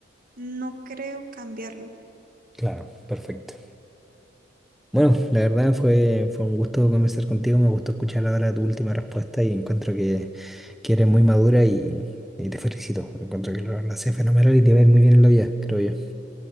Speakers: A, on the right (about 50°); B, in the centre.
A: no creo cambiarla.
B: Claro, perfecto. Bueno, la verdad fue, fue un gusto conversar contigo, me gustó escuchar ahora tu última respuesta y encuentro que, que eres muy madura y, y te felicito. Encuentro que lo, lo haces fenomenal y te va a ir muy bien en la vida, creo yo.